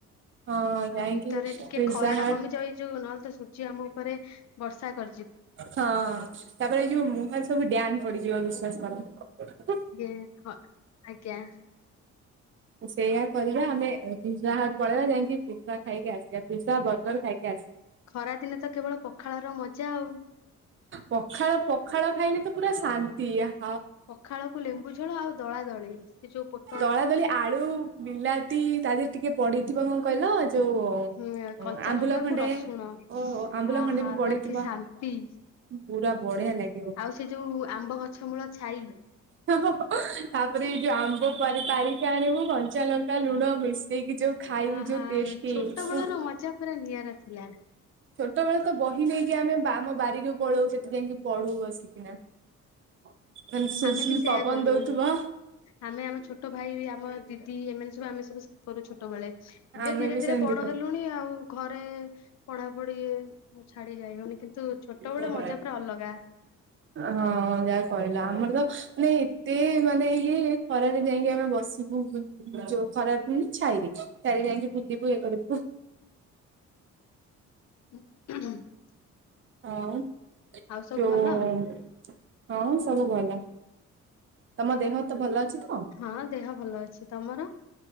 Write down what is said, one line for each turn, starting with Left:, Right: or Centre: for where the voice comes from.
Right: ହଁ ଯାଇକି
Left: ଆଉ ଭିତରେ ଟିକେ
Right: ପିଜା
Left: ଖରା
Right: ହଟ୍
Left: ଟା କମିଯାଉ, ଏ ଯୋଉ ନହେଲେ ତ ସୂର୍ଯ୍ୟ ଆମ ଉପରେ ବର୍ଷା କ
Right: ହଁ ତାପରେ ଏ ଯୋଉ ମୁହଁରେ ସବୁ ଡ୍ୟାନ୍ ପଡିଯିବ ବିଶ୍ବାସ କର।
Left: ଯେ, ହଁ ଆଜ୍ଞ।
Right: ସେଇଆ କରିବା ଆମେ ଅ, ପିଜା ହଟ୍ ପଳେଇବା ଯାଇକି ପିଜା ଖାଇକି ଆସିବା। ପିଜା ବର ଗର୍ ଖାଇକି ଆସିବା।
Left: ଖରାଦିନେ ତ କେବଳ ପଖାଳର ମଜା ଆଉ।
Right: ପଖାଳ ପଖାଳ ଖାଇଲେ ତ ପୁରା ଶାନ୍ତି। ଆ
Left: ପଖାଳକୁ ଲେମ୍ବୁ ଝୁଳ ଆଉ ଦଳା ଦଳି, ସେ ଯୋଉ ପୋ
Right: ଦଳା ଦଳି ଆଳୁ ବିଲାତି ତା ଦେହରେ ଟିକେ ପଡିଥିବ କଣ କହିଲ ଯୋଉ
Left: ହୁଁ
Right: ଅଁ,
Left: କଞ୍ଚା
Right: ଆମ୍ବୁଲ
Left: ଲଙ୍କାକୁ
Right: ଖଣ୍ଡେ
Left: ରସୁଣ
Right: ଓହୋ, ଆମ୍ବୁଲ
Left: ଆହା
Right: ଖଣ୍ଡେ ବି ପଡିଥିବ।
Left: ତାର କି ଶାନ୍ତି।
Right: ପୁରା ବଢିଆ ଲାଗ
Left: ଆଉ ସେ ଯୋଉ ଆମ୍ବ ଗଛ ମୂଳ ଛାଇ।
Right: <unintelligible> ତାପରେ ଏଇ ଯୋଉ ଆମ୍ବ ପାରି ପାରିକି ଆଣିବୁ, କଞ୍ଚା ଲଙ୍କା ଲୁଣ ମିଶେଇକି ଯୋଉ ଖାଇବୁ
Left: ଆହା
Right: ଯୋଉ ଟେଷ୍ଟି
Left: ଛୋଟ
Right: ଓ।
Left: ବେଳର ମଜା ପୁରା ନିଆରା ଥିଲା।
Right: ଛୋଟ ବେଳେ ତ ବହି ନେଇକି ଆମେ ବା-ଆମ ବାରିକୁ ପଳଉ ସେଠି ଯାଇକି ପଢୁ ବସିକି ନା। ମାନ ଶୁଲୁ
Left: ଆମେ
Right: ଶୁଲୁ
Left: ବି ସେୟା
Right: ପବନ
Left: କରୁ
Right: ଦଉଥୁବ।
Left: ଆମେ ଆମ ଛୋଟ ଭାଇ ବି ଆମ ଦିଦି ଏମାନେ ସବୁ ଆମେ ସବୁ କରୁ ଛୋଟ ବେଳେ, ଏବେ
Right: ଆମେ
Left: ଧୀରେ
Right: ବି
Left: ଧୀରେ
Right: ସେମିତି
Left: ବଡ
Right: ପଢୁ।
Left: ହେଲୁଣି ଆଉ ଘରେ ପଢା ପଢି ଛାଡି ଯାଇ ହଉନି କିନ୍ତୁ ଛୋଟବେଳେ
Right: ହଁ
Left: ମଜା ପୁରା ଅଲଗା।
Right: ହଁ ଯାହା କହିଲା ଆମର ତ ନି ତେ ମାନେ ଇଏ ଖରାରେ ଯାଇକି ଆମେ ବସୁ। ଯୋଉ ଖରା ହୁଏନି ଛାଇରେ ଯାଇକି ବୁଲିବୁ ଇଏ କରିବୁ୍।
Left: <inaudible>
Right: ଆଉ
Left: ଆଉ ସବୁ
Right: ଯଉ
Left: ଭଲ
Right: ହଁ ସବୁ ଭଲ। ତମ ଦେହ ତ ଭଲ ଅଛି ତ?
Left: ହଁ ଦେହ ଭଲ ଅଛି ତମର